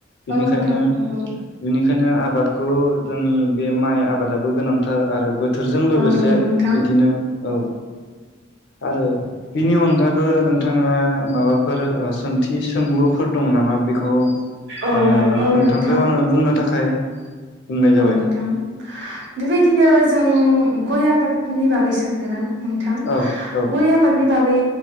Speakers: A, on the left; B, on the right.
A: बिनिखायनो
B: औ नोंथां नंगौ
A: बिनि बेखायनो आबादखौ जोंनि बे माइ आबादाबो गोनांथार आरो बोथोर बोथोरजों लोगोसे
B: औ नंगौ नोंथां
A: बिदिनो औ आरो बिनि अनगाबो नोंथाङा माबाफोर ओ सोंथि सोंलुफोर दङ नामा बेखौ
B: औ
A: आङो
B: औ
A: नोंथांखौ
B: नोंथां
A: आङो बुंनो थाखाय बुंनाय जाबाय
B: औ नोंथां बेबायदिनो जों गय आबादनि बागै सोंगोन आं नोंथां
A: औ औ
B: गय आबादनि बागै